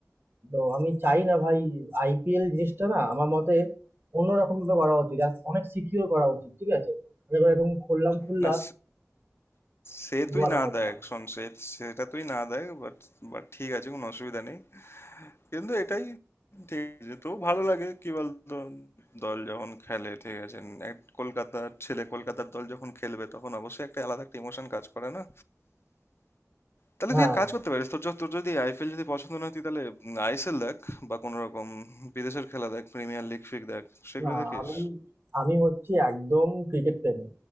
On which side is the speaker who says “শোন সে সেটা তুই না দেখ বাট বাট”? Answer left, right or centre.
Left